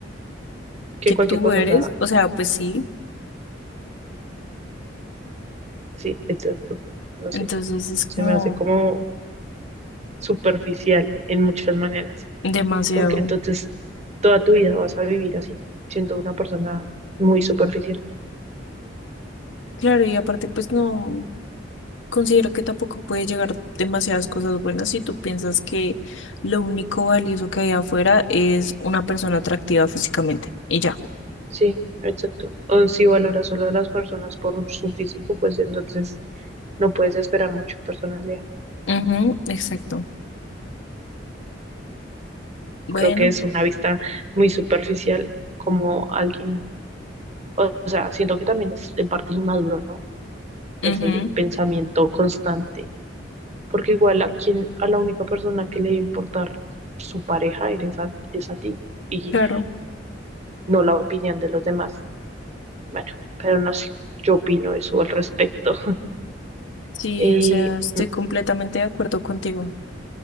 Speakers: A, on the right; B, on the left.
A: que
B: que
A: cualquier
B: tú
A: cosa.
B: eres,
A: O sea,
B: o sea, pues sí,
A: sí, exacto. No
B: entonces
A: sé.
B: es como
A: Se me hace como superficial en muchas maneras.
B: demasiado.
A: Porque entonces toda tu vida vas a vivir así, siendo una persona muy superficial.
B: Claro, y aparte, pues no, considero que tampoco puede llegar demasiadas cosas buenas si tú piensas que lo único valioso que hay afuera es una persona atractiva físicamente y ya.
A: Sí, exacto. O si valoras solo a las personas por su físico, pues entonces no puedes esperar mucho en personalidad.
B: Ujú, exacto. Bueno,
A: Creo que es una vista muy superficial como alguien, o sea, siento que también es de parte inmaduro, ¿no?
B: ujú,
A: ese pensamiento constante, porque igual a quien, a la única persona que le debe importar su pareja eres a, es a ti y
B: claro,
A: no la opinión de los demás. Bueno, pero no sé, yo opino eso al respecto. <laughs>
B: sí,
A: Eh,
B: o sea, estoy
A: m-
B: completamente de acuerdo contigo.